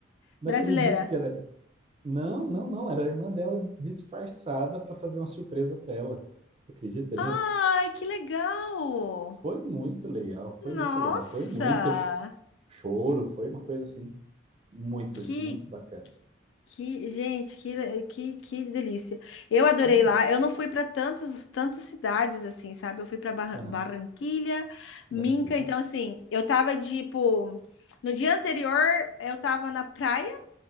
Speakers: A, on the right; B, on the left.
A: não
B: brasileira.
A: acredito que era ela. Não, não, não. Era a irmã dela disfarçada pra fazer uma surpresa pra ela. Acredita nisso?
B: Ai, que legal.
A: Foi muito legal. Foi muito
B: Nossa,
A: legal. Foi muito ch- choro. Foi uma coisa assim muito,
B: que,
A: muito bacana.
B: Que, gente, que, que, que delícia. Eu adorei
A: Foi
B: lá. Eu não fui para tantos, tantas cidades assim, sabe? Eu fui para
A: mesmo.
B: Barranquilha,
A: Barranquilla.
B: Minca. Então, assim, eu tava tipo. No dia anterior, eu tava na praia